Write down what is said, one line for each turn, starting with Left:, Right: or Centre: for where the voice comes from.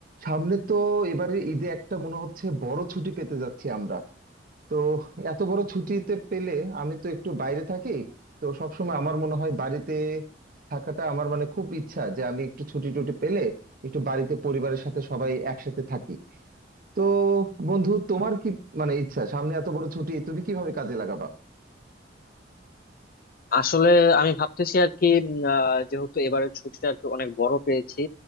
Right: সামনে তো এবারে ঈদে একটা মনে হচ্ছে বড় ছুটি পেতে যাচ্ছি আমরা তো এত বড় ছুটিতে পেলে আমি তো একটু বাইরে থাকি তো সবসময় আমার মনে হয় বাড়িতে থাকাটা আমার মানে খুব ইচ্ছা যে আমি একটু ছুটি টুটি পেলে একটু বাড়িতে পরিবারের সাথে সবাই একসাথে থাকি তো বন্ধু তোমার কি মানে ইচ্ছা সামনে এত বড় ছুটি তুমি কিভাবে কাজে লাগাবা
Left: আসলে আমি ভাবতেছি আর কি উম, আহ, যেহেতু এবারের ছুটিটা আর কি অনেক বড় পেয়েছি